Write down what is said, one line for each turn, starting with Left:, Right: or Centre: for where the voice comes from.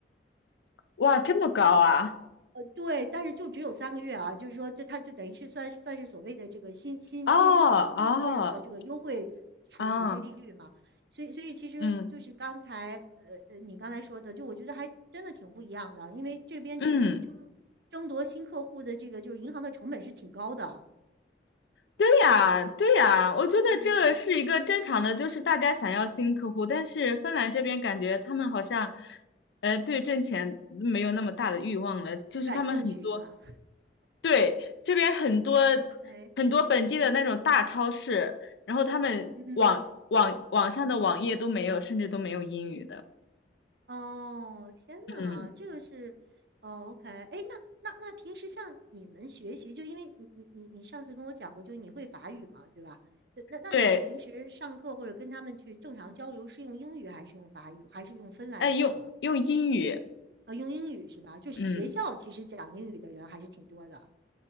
Left: 哇，这么高啊！
Right: 对，但是就只有三个月啊，就是说，这他就等于是算算是所谓的这个新新新新新客人的这个优惠储储蓄利率嘛，
Left: 哦哦啊，
Right: 所以所以其实就是刚才呃呃你刚才说的，
Left: 嗯
Right: 就我觉得还真的挺不一样的，因为这边其实争
Left: 嗯，
Right: 争夺新客户的这个就是银行的成本是挺高的，
Left: 对呀对呀，我觉得这是一个正常的，
Right: 嗯，
Left: 就是大家想要新客户，但是芬兰这边感觉他们好像，
Right: 嗯，
Left: 呃，对挣钱没有那么大的欲望了，就是他们很多，
Right: 不感兴趣是吧
Left: 对，这边很多
Right: ？OK，
Left: 很多本地的那种大超市，然后他们网网网上的网页都没有，
Right: 嗯嗯嗯。
Left: 甚至都没有英语的。
Right: 哦，天呐，
Left: 嗯，
Right: 这个是，哦，OK，哎，那那那平时像你们学习，就因为你你你你上次跟我讲过，就是你会法语嘛，对吧？对那那你们平时上课或者跟他们去正常交流，
Left: 对，
Right: 是用英语还是用法语，还是用芬兰语呢？
Left: 哎，用用英语，
Right: 啊，用英语是吧？就是学校其实讲英语的人还是挺多的。
Left: 嗯，